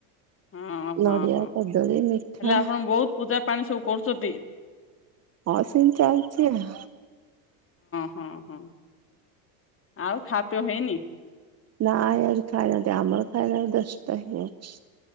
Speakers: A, on the left; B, on the right.
A: ହଁ-ହଁ-ହଁ
B: ନଡିଆ
A: ହେଲେ
B: କଦଳୀ ମିଠା
A: ଆପଣ ବହୁତ୍ ପୂଜା ପାଣି ସବୁ କରୁଚତି।
B: ହଁ ସେମ୍ତି ଚାଲଚି ଆଉ।
A: ହଁ-ହଁ ଆଉ ଖା ପେଅ ହେଇନି?
B: ନାଇଁ ଆଜି ଖାଇନାହାନ୍ତି ଆମର ଖାଇଲା ବେଳକୁ ଦଶଟା ହେଇଯାଉଛି।